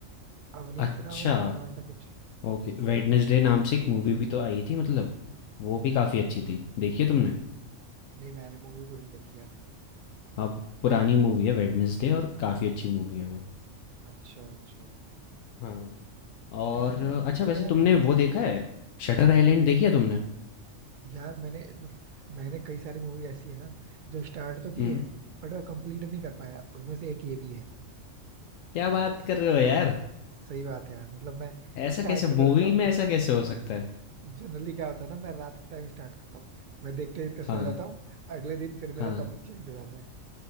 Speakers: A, on the right; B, on the left.
A: अवनीत
B: अच्छा,
A: नाम है क्या नाम है ऐसा कुछ
B: ओके, वेडनेसडे नाम से एक मूवी भी तो आई थी मतलब, वो भी काफ़ी अच्छी थी, देखी है तुमने?
A: नहीं मैंने मूवी तो नहीं देखी यार
B: हाँ, पुरानी मूवी है वेडनेसडे और काफ़ी अच्छी मूवी है वो।
A: अच्छा अच्छा
B: हाँ। और
A: ऐसे तुम्हें
B: अच्छा
A: पता
B: वैसे
A: है
B: तुमने वो देखा है शटर
A: क्या
B: आइलैंड देखी है तुमने
A: यार मैंने मतलब मैंने कई सारी मूवी ऐसी है ना जो स्टार्ट तो की
B: हम्म
A: है बट मैं कंप्लीट नहीं कर पाया उसमें से एक ये भी है
B: क्या बात कर रहे हो यार
A: सही बात है यार मतलब मैं
B: ऐसा
A: स्टार्ट
B: कैसे मूवी
A: तो कर देता हूँ
B: में ऐसा कैसे हो सकता है
A: जनरली क्या होता है ना मैं रात के टाइम स्टार्ट करता हूँ मैं देखते देखते सो
B: हाँ
A: जाता हूँ अगले दिन फिर
B: हाँ
A: मेरा टॉपिक चेंज हो जाता है